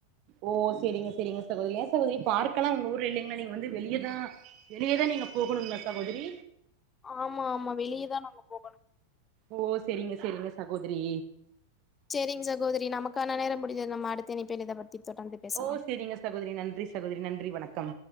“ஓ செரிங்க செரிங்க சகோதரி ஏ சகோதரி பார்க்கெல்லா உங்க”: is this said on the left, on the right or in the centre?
Right